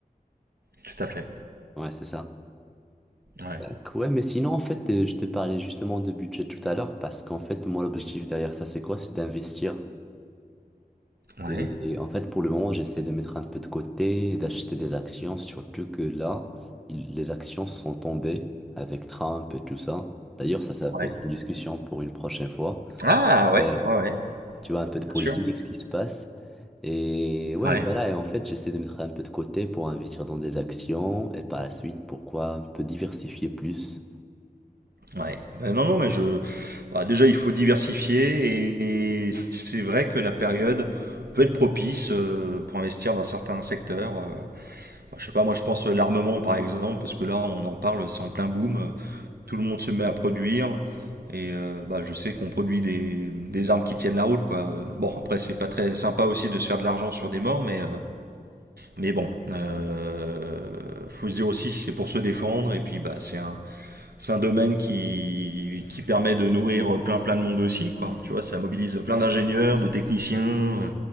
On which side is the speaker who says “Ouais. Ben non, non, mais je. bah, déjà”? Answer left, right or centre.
Right